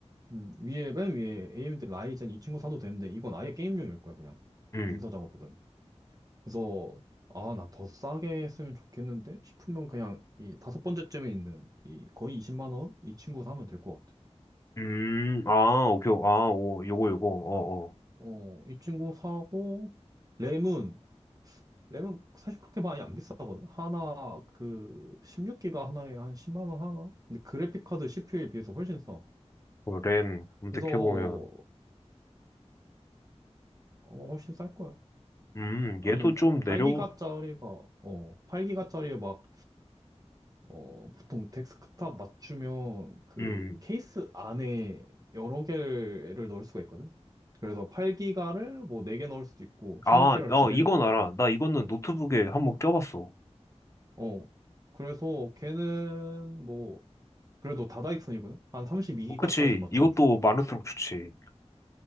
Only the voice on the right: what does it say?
음, 위에, 맨 위에 AMD 라이젠 이 친구 사도 되는데, 이건 아예 게임용일 거야, 그냥.
문서 작업보다는. 그래서, 아, 나 더 싸게 쓰면 좋겠는데? 싶으면 그냥 이 다섯 번째쯤에 있는 이 거의 20만 원? 이 친구 사면 될 것 같아.
어, 이 친구 사고, 램은, 램은 사실 그렇게 많이 안 비싸거든. 하나, 그, 16기가 하나에 한 10만 원 하나? 근데 그래픽카드 CPU에 비해서 훨씬 싸.
그래서, 어, 아마 훨씬 쌀 거야.
아니면
8기가짜리가 어 8기가짜리 에 막 어 보통 데스크탑 맞추면 그
케이스 안에 여러 개를 넣을 수가 있거든. 그래서 8기가를 뭐 4개 넣을 수도 있고
16기가를
2개
넣을 수도
있고.
어. 그래서 걔는 뭐 그래도 다다익선이거든. 한 32기가까지
맞추면
좋아.